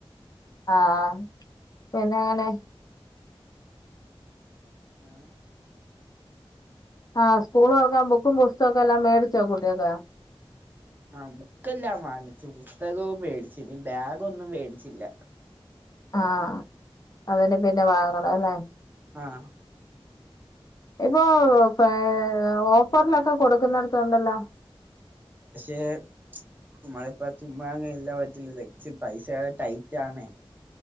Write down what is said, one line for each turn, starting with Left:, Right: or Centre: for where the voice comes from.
Left: ആഹ് പിന്നെ എങ്ങനെ
Right: ആഹ്
Left: ആഹ് സ്കൂൾ തുറക്കാൻ ബുക്കും പുസ്തകൊക്കെ എല്ലാം മേടിച്ചോ <unintelligible>
Right: ആഹ് ബുക്കെല്ലാം വാങ്ങിച്ചു പുസ്തകവും മേടിച്ചു നീ ബാഗ് ഒന്നും മേടിച്ചില്ല
Left: ആഹ് അതിന് പിന്നെ വാങ്ങണം അല്ലേ
Right: ആഹ്
Left: ഇപ്പോ <unintelligible> ഓഫറിലൊക്കെ കൊടുക്കുന്നടത്തണ്ടല്ലോ
Right: എഹ് നമ്മളിപ്പ ചുമ്മാ അങ്ങന ഇല്ല പറ്റില്ല പൈസകെ ടൈറ്റ് ആണേ